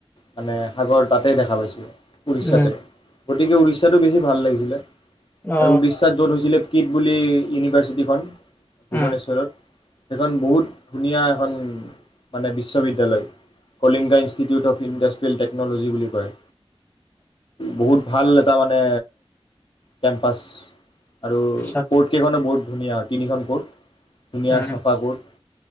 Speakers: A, on the left (about 55°); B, on the left (about 20°).
A: মানে সাগৰ তাতেই দেখা পাইছোঁ। উৰিষ্যাতে।
B: উম
A: গতিকে উৰিষ্যা সিটো বেছি ভাল লাগিছিলে।
B: অ
A: আৰু উৰিষ্যাত য'ত হৈছিলে কিট বুলি ইউনিভাৰ্চিটিখন ভূৱনেশ্বৰত।
B: উম
A: সেইখন বহুত ধুনীয়া এখন মানে বিশ্ববিদ্যালয়, Kalinga institute of industrial technology বুলি কয়। বহুত ভাল এটা মানে কেম্পাছ। আৰু
B: আচ্ছা
A: কোৰ্ট কেইখনো বহুত ধুনীয়া তিনিখন কোৰ্ট। ধুনীয়া
B: উম
A: চাফা কোৰ্ট।